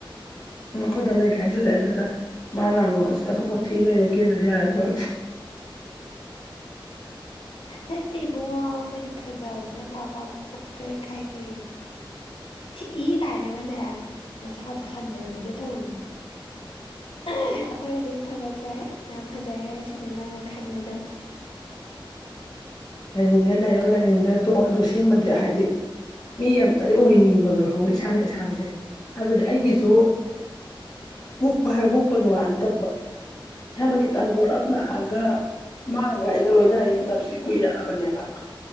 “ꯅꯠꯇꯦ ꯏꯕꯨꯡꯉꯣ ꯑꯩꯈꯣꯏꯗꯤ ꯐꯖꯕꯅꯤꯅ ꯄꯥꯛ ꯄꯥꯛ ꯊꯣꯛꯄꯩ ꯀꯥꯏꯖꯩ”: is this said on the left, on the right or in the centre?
Left